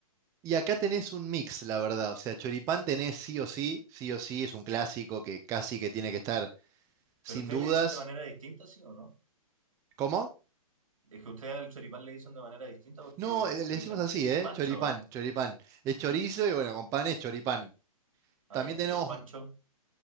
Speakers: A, on the right; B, on the right.
A: Y dos. Y acá tenés un mix, la verdad. O sea, choripán tenés sí o sí, sí o sí, es un clásico que casi que tiene que estar
B: Pero
A: sin
B: ustedes
A: dudas.
B: le dicen de manera distinta, ¿sí o no?
A: ¿Cómo?
B: Es que ustedes al choripán le dicen de manera distinta porque
A: No, eh, le
B: le
A: decimos
B: dicen
A: así, ¿eh?
B: pancho,
A: Choripán,
B: ¿no?
A: choripán. Es chorizo y bueno, con pan es choripán.
B: Ah,
A: También
B: ya.
A: tenemos,
B: ¿Y el pancho?